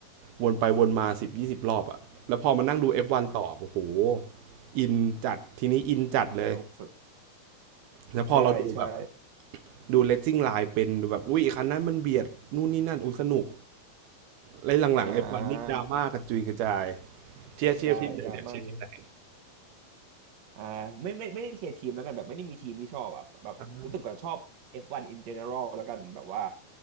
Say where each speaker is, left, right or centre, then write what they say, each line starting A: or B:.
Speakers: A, on the right; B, on the right.
A: วนไปวนมาสิบถึงยี่สิบรอบอะแล้วพอมานั่งดู F1 ต่อโอ้โหอินจัดทีนี้อินจัดเลย
B: โลกสุด
A: แล้วพอเราดูแบบ
B: ใช่ใช่
A: ดูเล c ซิ่งไลน์เป็นดูแบบอุ้ยคันนั้นมันเบียดนู่นนี่นั่นอุ้ยสนุกแล้วหลังๆ
B: อ่า
A: F1 นนี่ดราม่ากระจุยกระจายเชียร์เชียร์ทีมไหนเนี่ยเชียร์ทีมไหน
B: ใช่ดราม่าเยอะ อ่าไม่ไม่ไม่ได้เชียร์ทีมแล้วกันแบบไม่ได้มีทีมที่ชอบอ่ะแบบรู้สึกว่าชอบ
A: อ่า
B: F1 in general แล้วกันแบบว่า